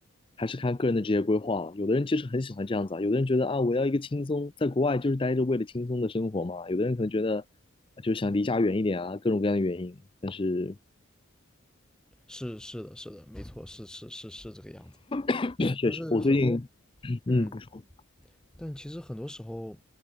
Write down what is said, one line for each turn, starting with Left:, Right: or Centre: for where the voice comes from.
Left: 还是看个人的职业规划了。有的人其实很喜欢这样子啊，有的人觉得啊，我要一个轻松，在国外就是待着为了轻松的生活嘛。有的人可能觉得啊就是想离家远一点啊，各种各样的原因。但是
Centre: 是是的，是的，没错，是是是是这个样子。
Left: <clears throat> 确实，
Centre: 但是很多，
Left: 我最近嗯，
Centre: 嗯，
Left: 不说
Centre: 但其实很多时候，